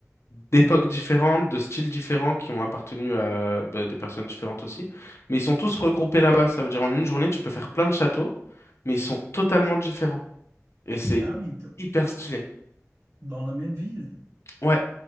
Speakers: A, on the left (about 55°); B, on the right (about 60°).
A: d'époques
B: Oui.
A: différentes, de styles différents qui ont appartenu à bah, des personnes différentes aussi. Mais ils sont tous regroupés là-bas. Ça veut dire en une journée, tu peux faire plein de châteaux, mais ils sont totalement différents. Et c'est
B: Ah oui. d-
A: hyper stylé.
B: Dans la même ville.
A: Ouais,